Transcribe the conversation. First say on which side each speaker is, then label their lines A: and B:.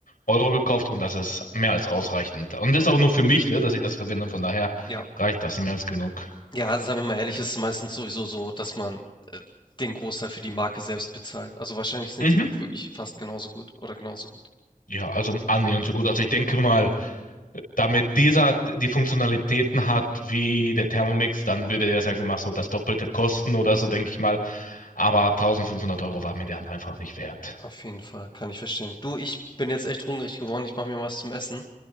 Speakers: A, on the left; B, on the left.
A: Euro gekauft und das ist mehr als ausreichend. Und das ist auch nur für mich, ne, dass ich das verwende. Von daher
B: ja.
A: reicht das mehr als genug.
B: Ja, sagen wir mal ehrlich, ist es meistens sowieso so, dass man, äh, den Großteil für die Marke selbst bezahlt. Also wahrscheinlich sind
A: Mhm.
B: die auch wirklich fast genauso gut oder genauso gut.
A: Ja, also annähernd so gut. Also ich denke mal. damit dieser die Funktionalitäten hat wie der Thermomix, dann würde der, sagen wir mal, so das Doppelte kosten oder so, denke ich mal. Aber 1500 Euro war mir der andere einfach nicht wert.
B: Auf jeden Fall, kann ich verstehen. Du, ich bin jetzt echt hungrig geworden. Ich mache mir was zum Essen.